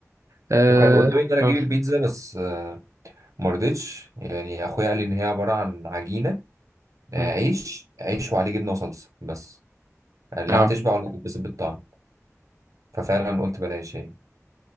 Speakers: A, on the right (about 65°); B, on the right (about 80°).
A: اه
B: وكان قدامي ان انا اجيب
A: أقول.
B: البيتزا بس ما رضيتش يعني اخويا قال لي ان هي عباره عن عجينه آه،
A: مم.
B: عيش عيش وعليه جبنه وصلصه بس قال لي
A: اه
B: لا هتشبع ولا هتتبسط بالطعم ففعلا قلت بلاش يعني